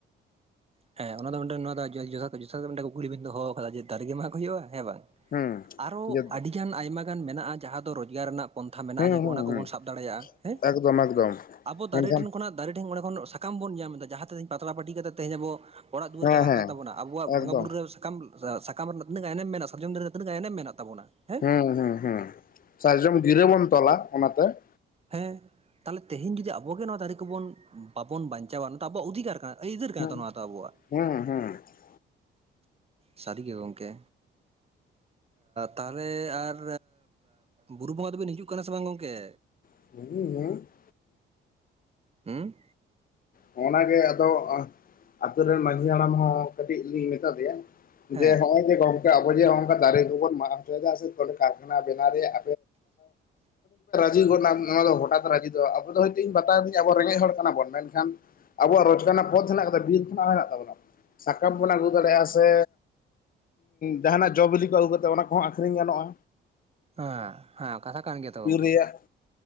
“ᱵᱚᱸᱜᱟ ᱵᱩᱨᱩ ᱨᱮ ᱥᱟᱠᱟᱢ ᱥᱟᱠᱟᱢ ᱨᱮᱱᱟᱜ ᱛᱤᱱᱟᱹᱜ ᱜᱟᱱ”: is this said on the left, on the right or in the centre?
Right